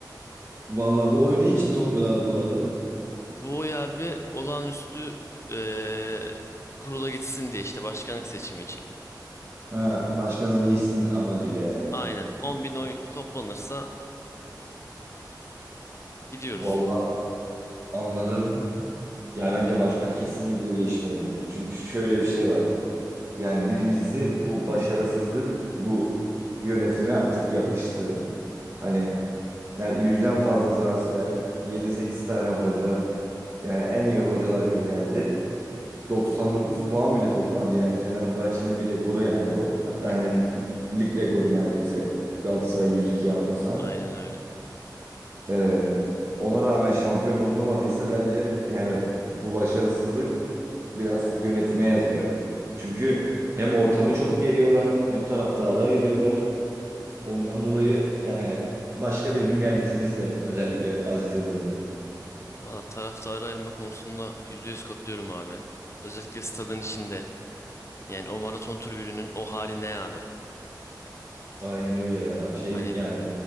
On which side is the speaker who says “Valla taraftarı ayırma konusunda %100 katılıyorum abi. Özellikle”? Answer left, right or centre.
Left